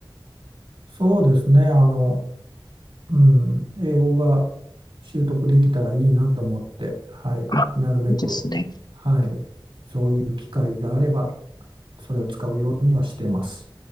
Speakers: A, on the right; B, on the left.
A: そうですね、あの、うん、英語が習得できたらいいなと思って、はい、
B: あ、
A: なるべく、
B: いいですね。
A: はい、そういう機会があれば、それを使うようにはしてます。